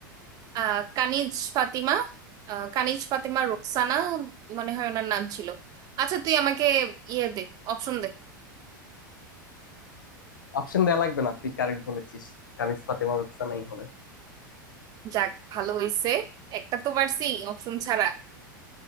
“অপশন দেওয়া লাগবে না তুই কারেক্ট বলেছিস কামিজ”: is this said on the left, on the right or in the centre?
Left